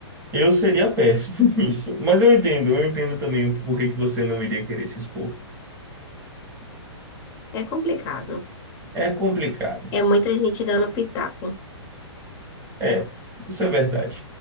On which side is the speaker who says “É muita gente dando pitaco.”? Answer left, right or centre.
Left